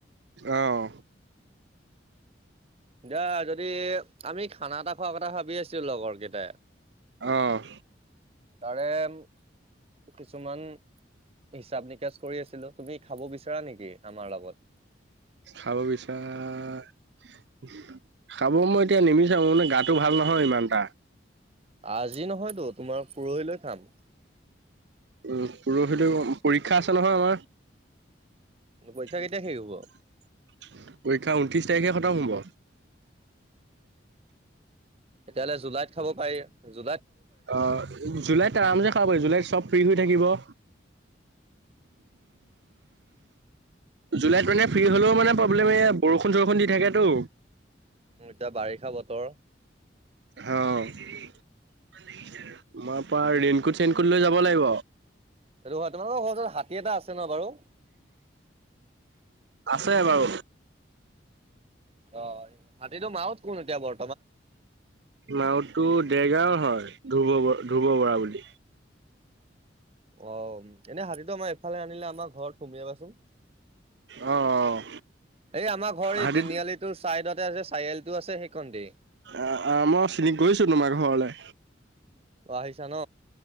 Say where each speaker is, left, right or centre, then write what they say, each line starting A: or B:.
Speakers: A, on the right (about 65°); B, on the right (about 35°).
A: অহ
B: যা যদি আমি খানা এটা খোৱা কথা ভাবি আছিলো লগৰ কেটাই।
A: অহ
B: তাৰেম কিছুমান হিচাপ -নিকাচ কৰি আছিলো তুমি খাব বিচাৰা নেকি আমাৰ লগত?
A: খাব বিছাৰ খাব মই এতিয়া নিবিচাৰো মানে গাটো ভাল নহয় ইমান টা
B: আজি নহয়তো তোমাৰ পৰহিলৈ খাম।
A: উম, পৰহিলো পৰীক্ষা আছে নহয় আমাৰ।
B: পৰীক্ষা কেতিয়া
A: <inaudible>
B: শেষ হ'ব
A: পৰীক্ষা ঊনত্ৰিশ তাৰিখে খতম হব। <inaudible>
B: তেতিয়াহ'লে জুলাইত খাব পাৰি। জু
A: অহ, জুলাইত আৰামচে খাব পাৰি জুলাইত চব ফ্ৰী হৈ থাকিব। <inaudible> জুলাইত মানে ফ্ৰী হলেও মানে প্ৰব্লেম এই বৰষুণ চৰষুণ দি থাকেতো
B: এতিয়া বাৰিষা বতৰ।
A: হ তাপা ৰেইনকোট চেইনকোট লৈ যাব লাগিব।
B: সেইটো হয় তোমালোকৰ ঘৰ ওচত হাতী এটা আছে ন বাৰু?
A: আছে বাৰু
B: অ হাতীটো মাহত কোন এতিয়া বৰ
A: মাওতো ডেৰগাও হয় ধব ধ্ৰুুৱ বৰা বুলি।
B: অ এনেই হাতীতটো আমাৰ ইফালে আনিলে আমাৰ ঘৰত সুমিয়াবাচোন।
A: অ অ
B: এই আমাৰ ঘৰ এই
A: হাতীত
B: তিনিআলিটো চাইদতে আছে চাৰিআলিটো আছে। সেইকণতে
A: আহ আহ মই চিনী গৈছো তোমাৰ ঘৰলে।
B: অ আহিছা ন?